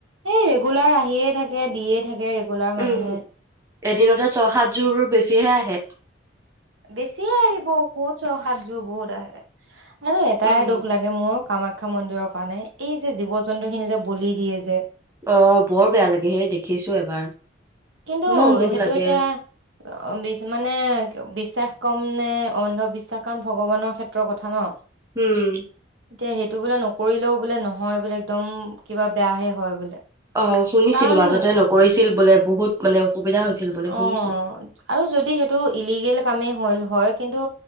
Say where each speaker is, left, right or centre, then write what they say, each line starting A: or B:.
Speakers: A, on the right; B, on the right.
A: এই ৰেগুলাৰ আহিয়ে থাকে দিয়ে থাকে ৰেগুলাৰ
B: উম
A: মানুহে।
B: এদিনতে ছয়, সাতযোৰ বেছিহে আহে।
A: বেছিয়ে আহিব ক'ত ছয়, সাত যোৰ বহুত আহে। আৰু এটাই
B: উম
A: দুখ লাগে মোৰ কামাখ্যা মন্দিৰৰ কাৰণে এই যে, জীৱ জন্তু খিনি যে, বলি দিয়ে যে
B: অ', বৰ বেয়া লাগে সেই দেখিছো এবাৰ।
A: কিন্তু
B: ইমান দুখ
A: সেইটো
B: লাগে
A: এতিয়া বিচ মানে বিশ্বাস কম নে অন্ধবিশ্বাস কাৰণ ভগৱানৰ ক্ষেত্ৰৰ কথা ন?
B: উম
A: এতিয়া সেইটো বোলে নকৰিলেও বোলে নহয়, বোলে একদম কিবা বেয়াহে হয়, বোলে।
B: অ', শুনিছিলো
A: কাৰণ
B: মাজতে নকৰিছিল বোলে বহুত মানে অসুবিধা হৈছিল বোলে শুনিছো
A: অ', আৰু যদি সেইটো ইলিগেল কামেই হ'ল হয় কিন্তু